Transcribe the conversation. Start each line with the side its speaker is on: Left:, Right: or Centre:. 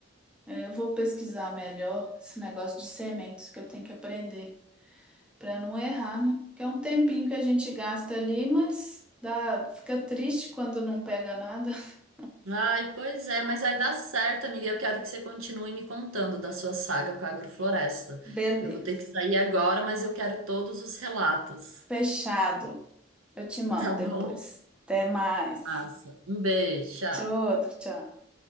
Centre: É, eu vou pesquisar melhor esse negócio de sementes que eu tenho que aprender para não errar, né? Que é um tempinho que a gente gasta ali, mas dá, fica triste quando não pega nada. <laughs>
Right: Ai, pois é, mas vai dar certo, amiga. Eu quero que você continue me contando da sua saga com a agrofloresta.
Centre: Beleza.
Right: Eu vou ter que sair agora, mas eu quero todos os relatos.
Centre: Fechado. Eu te mando
Right: Tá bom?
Centre: depois. Até mais.
Right: Massa. Um beijo, tchau.
Centre: Tchau, outro, tchau.